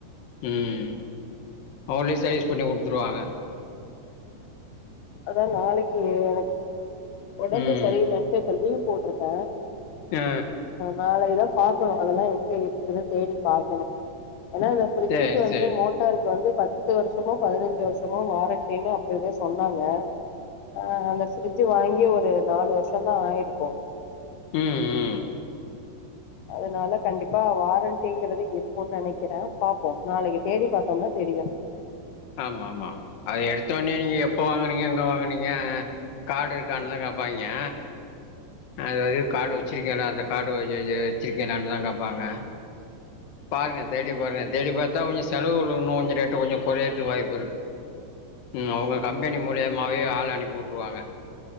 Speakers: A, on the left; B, on the left.
A: ம் அவுங்களே சர்வீஸ் பண்ணி குடுத்துருவாங்க
B: அதா நாளைக்கு எனக் ஒடம்பு
A: ம்
B: சரி இல்லன்ட்டு இப்ப லீவ் போட்ருக்க
A: ஆ
B: நாளைக்கு தா பாக்கனு அதெல்லா எங்க இருக்குன்னு தேடி பாக்கனு ஆனா அந்த ஃபிரிட்ஜுக்கு
A: சரி
B: வந்து
A: சரி
B: மோட்டாருக்கு வந்து பத்து வருஷமோ பதினஞ்சு வருஷமோ வாரண்டினு அப்பவே சொன் னாங்க ஆ அந்த ஃபிரிட்ஜு வாங்கி ஒரு நாலு வருஷொந்தா ஆயிருக்கு
A: ம் ம்
B: அதனால கண்டிப்பா வாரண்ட்டிங்கிறது இருக்குன் நனக்கிறே பாப்போ நாளைக்கு தேடி பாத்தோம்னா தெரியு
A: ஆமாமா அது எடுத்தோனே நீங்க எப்ப வாங்குனீங்க எங்க வாங்குனீங்க கார்டு இருக்கானுதா கேப்பாய்ங்க அதெது கார்டு வச்சிருக்கீங்களா அந்த கார்டு வச்ச வச்சிருக்கீங்களான் தா கேப்பாங்க பாருங்க தேடி பாருங்க தேடி பாத்தா கொஞ்சொ செலவுகள் இன்னு கொஞ்சொ ரேட்டு கொஞ்சொ கொறையறது வாய்ப்பு இருக்கு ம் அவங்க கம்பெனி மூலியமாவே ஆள் அனுப்பி வுட்ருவாங்க